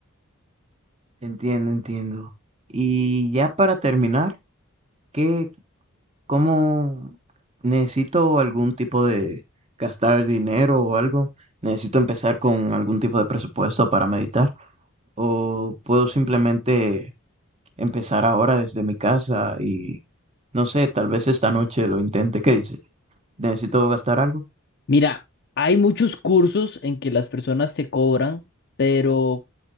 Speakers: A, on the right; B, on the left.
A: Entiendo, entiendo. Y ya para terminar, ¿qué, cómo necesito algún tipo de gastar dinero o algo? ¿Necesito empezar con algún tipo de presupuesto para meditar? ¿O puedo simplemente empezar ahora desde mi casa y no sé, tal vez esta noche lo intente. ¿Qué dices? ¿Necesito gastar algo?
B: Mira, hay muchos cursos en que las personas se cobran, pero